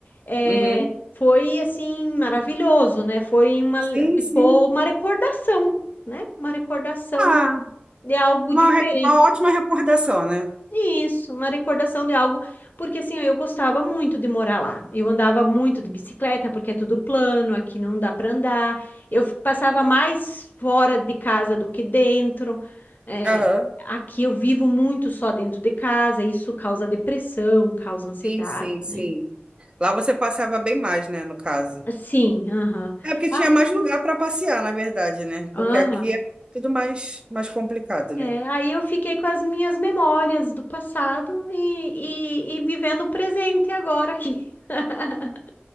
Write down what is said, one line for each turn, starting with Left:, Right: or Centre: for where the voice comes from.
Left: é,
Right: Uhum.
Left: foi assim maravilhoso, né? Foi uma,
Right: Sim,
Left: ficou
Right: sim.
Left: uma recordação, né? Uma recordação
Right: Ah,
Left: de algo
Right: uma,
Left: diferente.
Right: re- uma ótima recordação, né?
Left: Isso, uma recordação de algo, porque assim, eu gostava muito de morar lá. Eu andava muito de bicicleta, porque é tudo plano, aqui não dá para andar. Eu f- passava mais fora de casa do que dentro. É,
Right: Aham.
Left: aqui eu vivo muito só dentro de casa, isso causa depressão, causa ansiedade,
Right: Sim, sim, sim.
Left: né?
Right: Lá você passeava bem mais, né, no caso.
Left: Sim, aham.
Right: É porque tinha
Left: Ah,
Right: mais lugar para passear, na verdade, né?
Left: aham.
Right: Porque aqui é tudo mais, mais complicado,
Left: É,
Right: né?
Left: aí eu fiquei com as minhas memórias do passado e, e, e vivendo o presente agora aqui. <laughs>